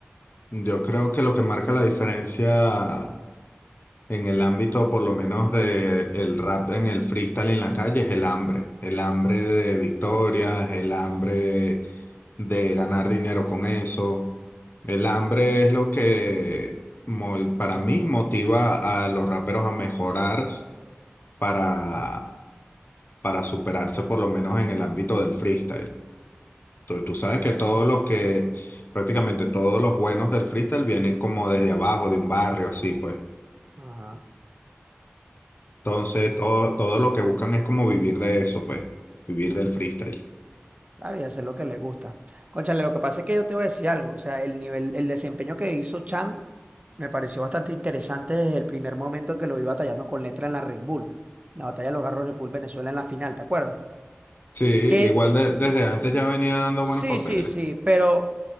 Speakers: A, on the left; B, on the right.
A: Yo creo que lo que marca la diferencia en el ámbito, por lo menos de el rap en el freestyle en la calle, es el hambre. El hambre de victorias, el hambre de ganar dinero con eso. El hambre es lo que mo- para mí motiva a los raperos a mejorar para para superarse por lo menos en el ámbito del freestyle. Tú, tú sabes que todos los que, prácticamente todos los buenos del freestyle vienen como desde abajo, de un barrio, así pues.
B: Ajá.
A: Entonces, todo, todo lo que buscan es como vivir de eso, pues, vivir del freestyle.
B: Claro, y hacer lo que le gusta. Cónchale, lo que pasa es que yo te voy a decir algo. O sea, el nivel, el desempeño que hizo Chan me pareció bastante interesante desde el primer momento que lo vi batallando con letra en la Red Bull. La batalla de los Garros Red Bull Venezuela en la final, ¿te acuerdas?
A: Sí, igual
B: Que
A: de- desde antes ya venía dando
B: sí,
A: buenos papeles.
B: sí, sí, pero